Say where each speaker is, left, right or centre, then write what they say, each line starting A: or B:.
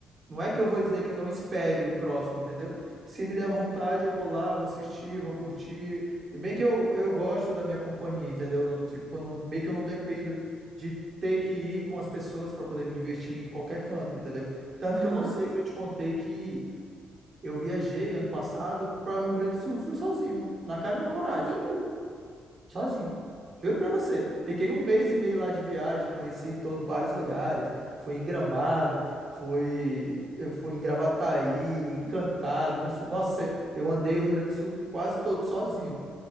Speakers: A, on the right; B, on the right.
A: não é que eu vou dizer que eu não espere o próximo, entendeu? Se me der
B: Uhum.
A: vontade, eu vou lá, vou assistir, vou curtir. Meio que eu, eu gosto da minha companhia, entendeu? Não- Tipo, eu não, meio que eu não dependo de ter que ir com as pessoas para poder me divertir em qualquer canto, entendeu? Tanto
B: Aham.
A: que eu não sei se eu te contei que eu viajei ano passado para o Rio Grande do Sul, fui sozinho, na cara e na coragem.
B: Sozinho?
A: Sozinho. Juro pra você. Fiquei um mês e meio lá de viagem, conheci todo, vários lugares. Fui em Gramado, fui, eu fui em Gravataí, Encantado, Mussum. Nossa, eu andei o Rio Grande do Sul quase todo sozinho.